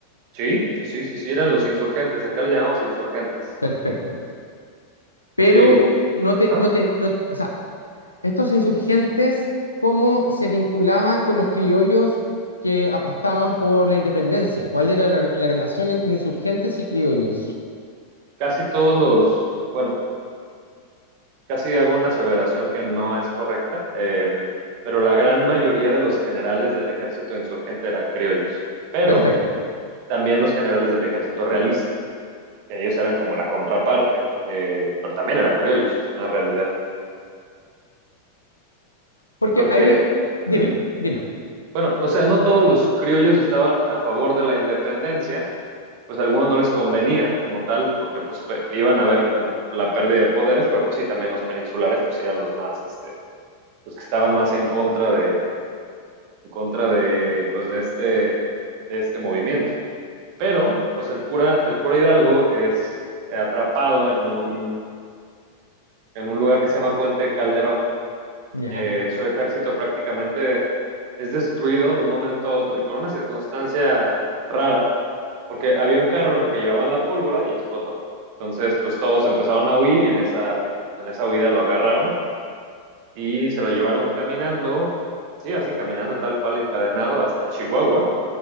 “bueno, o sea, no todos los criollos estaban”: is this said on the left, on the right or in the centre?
Right